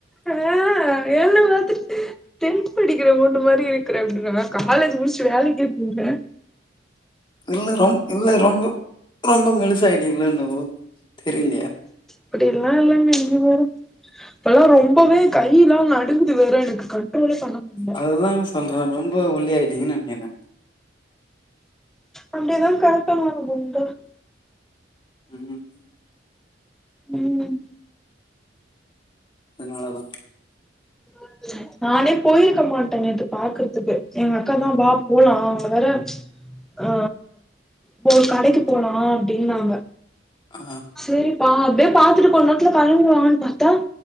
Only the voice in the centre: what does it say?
அ என்ன பாத்து டென்த் படிக்கிற பொண்ணு மாரியே இருக்குற <unintelligible> காலேஜ் முடிச்சு வேலைக்கே போய்ட்ட
அப்படி எல்லா இல்லங்க இது வெரு இப்பல்லா ரொம்பவே கையிலா நடுங்குது வேற எனக்கு கண்ட்ரோலே பண்ண முடில
அப்டி தா கடத்தனு <unintelligible>
ம்
உ நானே போயிருக்க மாட்ட நேத்து பாக்கறதுக்கு எங்க அக்கா தா வா போலா அவ வர அ போ கடைக்கு போனு அப்டின்னாங்க
சேரிப்பா அப்டியே பாத்துட்டு கொஞ்ச நேரத்துல கலம்பிரு வாங்கன்னு பாத்தா